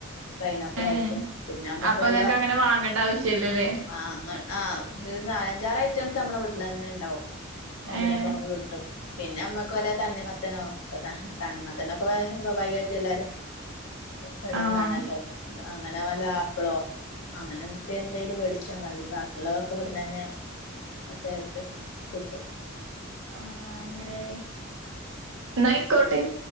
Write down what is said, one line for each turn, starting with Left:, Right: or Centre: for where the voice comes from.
Left: പൈനാപ്പിളായിട്ടും
Right: ഏഹ്
Left: പിന്നെ അമ്മക്ക്
Right: അപ്പൊ
Left: വല്ല
Right: ഇങ്ങക്ക്
Left: വ
Right: അങ്ങനെ വാങ്ങണ്ട ആവശ്യല്ലല്ലേ
Left: വാങ്ങൽ ആഹ് ഒരു നാലഞ്ചാറ് ഐറ്റംസ് നമ്മള വീട്ടില തന്നെ ഉണ്ടാവും നോമ്പിനൊക്കെ
Right: ഏഹ്
Left: നമുക്ക് കിട്ടും പിന്നെ നമ്മക്ക് വല്ല തണ്ണിമത്തനോ തണ്ണിമത്തനൊക്കെ സ്വാഭാവികാ യിട്ട് എല്ലാരും പതിവാണല്ലോ
Right: ആഹ്
Left: അങ്ങനെ വല്ല ആപ്പിളോ അങ്ങനെ എന്തൊക്കെ എന്തേലും മേടിച്ചാ മതി ബാക്കിയുള്ളതൊക്കെ ഇവിടന്ന് തന്നെ ഒക്കെ ട്ടും കിട്ടും
Right: ആഹ് അങ്ങനനെ എന്നാ ആയിക്കോട്ടെ